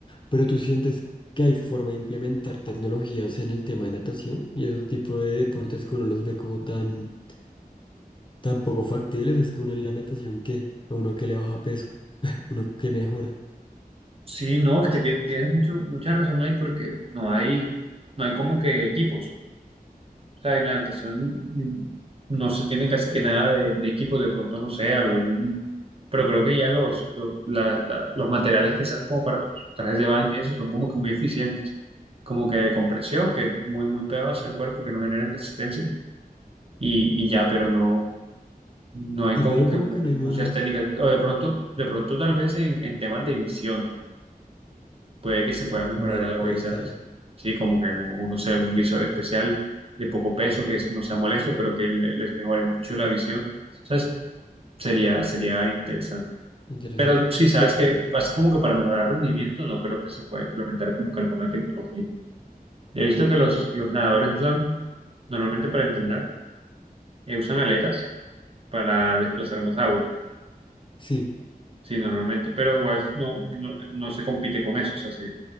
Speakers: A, on the left; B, on the right.
A: Pero tú sientes que hay forma de implementar tecnologías en el tema de natación y esos tipos de deportes que uno los ve como tan, tan poco factibles. Es que uno en la natación, ¿qué? A uno que le baja peso, <clears throat> uno que mejora.
B: Sí, no, es que tie- tienes mucho, mucha razón ahí porque no hay, no hay como que equipos. O sea, en la natación mm, no se tiene casi que nada de, de equipos, de pronto no sé, algún, pero creo que ya los, los la- la- los materiales que sean como para los trajes de baño y eso son como que muy eficientes, como que de compresión, que muy, muy pegados al cuerpo, que no generan resistencia y, y ya, pero no, no hay
A: Sí,
B: como
A: pero
B: que
A: como
B: mu-
A: que no hay más.
B: muchas técnicas, o de pronto, de pronto tal vez en, en temas de visión puede que se pueda mejorar
A: Bueno,
B: algo
A: puede
B: ahí, ¿sabes?
A: ser
B: Sí, como que como uno sea un visor especial de poco peso que es- no sea molesto, pero que le- les mejore mucho la visión. ¿Sabes? Sería, sería interesante.
A: interesante.
B: Pero sí, sabes
A: Yo,
B: que así como que para mejorar rendimiento, no creo que se pueda implementar como que alguna tecnología. He visto que los,
A: ah,
B: los nadadores usan, normalmente para entrenar, eh, usan aletas para desplazar más agua.
A: sí.
B: Sí, normalmente, pero igual no, no, no se compite con eso, o sea, sí,